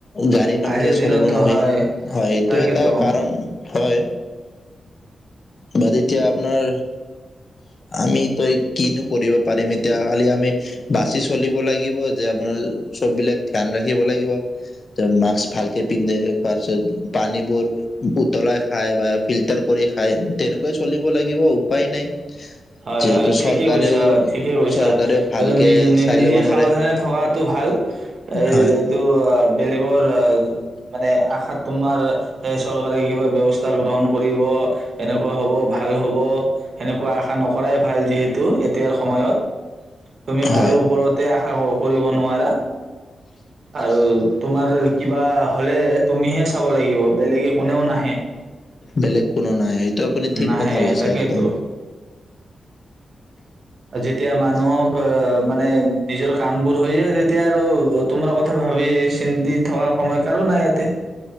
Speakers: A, on the left; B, on the right.
A: গাড়ী নহ'লে
B: আজিৰ দিনততো
A: চলিব নোৱাৰি,
B: হয়,
A: হয় এইটো
B: তাকেতো।
A: এটা কাৰণ। হয়। বাট এতিয়া আপোনাৰ আমি এতিয়া কিনো কৰিব পাৰিম, এতিয়া খালি আমি বাচি চলিব লাগিব যে আপোনাৰ চব বিলাক ধ্যান ৰাখিব লাগিব, মাস্ক ভালকে পিন্ধে তাৰ পিছত পানীবোৰ উতলাই খায় বা ফিল্টাৰ কৰি খাই তেনেকুৱাই চলিব লাগিব উপায় নাই।
B: হয়
A: যিহেতু
B: হয় ঠিকে
A: চৰকাৰেও
B: কৈছা, ঠিকে কৈছা।
A: চৰকাৰেও ভালকে
B: এতিয়া নিজে নি
A: চাই
B: নিজে
A: ল'ব নোৱাৰে
B: সাৱধানে থকাতটো ভাল। এই
A: হয়
B: এইটো বেলেগৰ। <unintelligible> মানে আশাত তোমাৰ। এ চৰকাৰে কিবা ব্যৱস্থা গ্ৰহণ কৰিব, এনেকুৱা হ'ব, ভাল হ'ব, সেনেকোৱা আশা নকৰাই নকৰাই ভাল যিহেতু এতিয়াৰ সময়ত। তুমি কাৰো
A: হয়
B: ওপৰতে আশা কৰিব কৰিব নোৱাৰা। আৰু তোমাৰ কিবা হ'লে। তুমিহে চাব লাগিব। বেলেগে কোনেও নাহে।
A: বেলেগ কোনো নাই। এই এইটো আপুনি ঠিক
B: নাহে
A: কথা কৈছে
B: তাকেইতো
A: একদম।
B: যেতিয়া মানুহক মানে নিজৰ। কাম বোৰ হৈ যায় যেতিয়া আৰু তোমাৰ কথা ভাবি চিন্তি থকা সময় কাৰো নাই ইয়াতে।